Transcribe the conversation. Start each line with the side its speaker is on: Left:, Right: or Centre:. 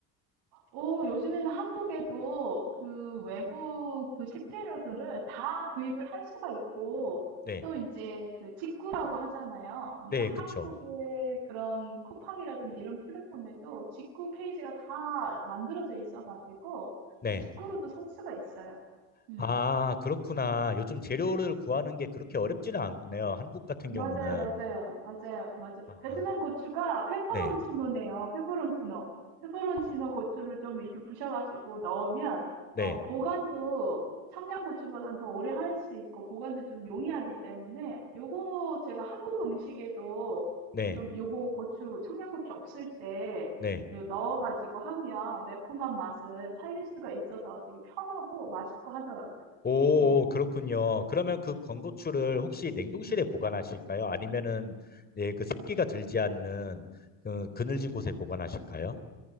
Right: 오, 요즘에는 한국에도 그 외국 그 식재료들을 다 구입을 할 수가 있고,
Left: 네.
Right: 또 이제 그 직구라고 하잖아요. 그러니까
Left: 네,
Right: 한국의
Left: 그쵸.
Right: 그런 쿠팡이라든지 이런 플랫폼에도 직구 페이지가 다 만들어져 있어가지고,
Left: 네.
Right: 직구로도 살 수가 있어요. 음.
Left: 아, 그렇구나. 요즘 재료를 구하는 게 그렇게 어렵지는 않네요. 한국 같은
Right: 맞아요,
Left: 경우는.
Right: 맞아요, 맞아요, 맞아요.
Left: 아,
Right: 베트남 고추가 페퍼론치노네요.
Left: 네.
Right: 페퍼론치노. 페퍼론치노 고추를 좀 이렇게 부셔가지고 넣으면,
Left: 네.
Right: 어, 보관도 청양고추보다는 더 오래 할 수 있고, 보관도 좀 용이하기 때문에, 요거 제가 한국 음식에도
Left: 네.
Right: 좀 요거 고추, 청양고추 없을 때
Left: 네.
Right: 요 넣어가지고 하면 매콤한 맛을 살릴 수가 있어서 되게 편하고 맛있고 하더라고요.
Left: 오,
Right: 음.
Left: 그렇군요. 그러면 그 건고추를 혹시 냉동실에 보관하실까요? 아니면은 예, 그 습기가 들지 않는 그 그늘진 곳에 보관하실까요?